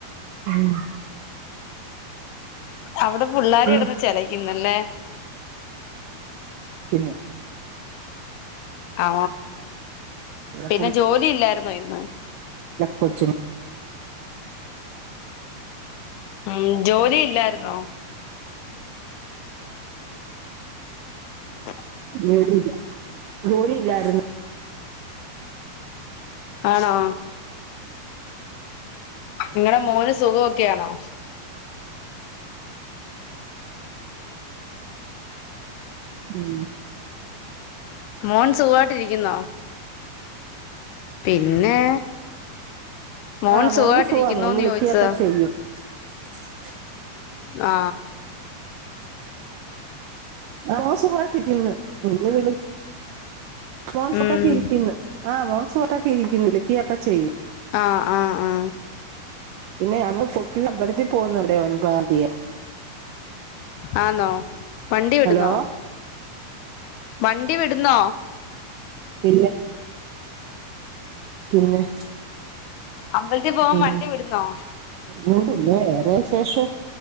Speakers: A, on the right; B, on the left.
A: മ്
B: അവിടെ പിള്ളേര്
A: പിന്നെ
B: കിടന്ന് ചെലക്കുന്നല്ലേ
A: ക്ണ്
B: ആ
A: ഇവിടെ
B: പിന്നെ ജോലി ഇല്ലായിരുന്നോ ഇന്ന്
A: കൊച്ചോ
B: മ് ജോലിയില്ലായിരുന്നോ <unintelligible>
A: ജോലിയില്ല ജോലിയില്ലായിരുന്നു
B: ആണോ നിങ്ങളടെ മോന് സുഖമൊക്കെയാണോ
A: മ്
B: മോൻ സുഖായിട്ടിരിക്കുന്നോ പിന്നെ മോൻ
A: ആ
B: സുഖമായിട്ടിരിക്കുന്നോന്ന്
A: മോന് സുഖാബം മോന് വിളിക്കൊക്കെ
B: ചോദിച്ചതാ
A: ചെയ്യും <unintelligible>
B: ആ
A: ആ മോന് സുഖായിട്ടിരിക്കുന്ന് ഇന്ന് വിളി മോന്
B: ഉം
A: സുഖായിട്ടിരിക്കുന്ന് ആ മോന് ട്ടൊക്കെ ഇരിക്കുന്നു വിളിക്ക ഒക്കെ ചെയ്യും
B: ആ ആ ആ
A: പിന്നെ അങ്ങ് ഫോ ഇന്ന് അമ്പലത്തിൽ പോകുന്നുണ്ടേ ഒൻപതാം തീയ
B: ആന്നോ വണ്ടി വിടുന്നോ
A: ഹലോ
B: വണ്ടി വിടുന്നോ
A: പിന്നെ പിന്നെ <inaudible>
B: അമ്പലത്തിൽ പോവാൻ
A: ഉം
B: വണ്ടി വിടുന്നോ?
A: പിന്നെ വേറെ ശേഷം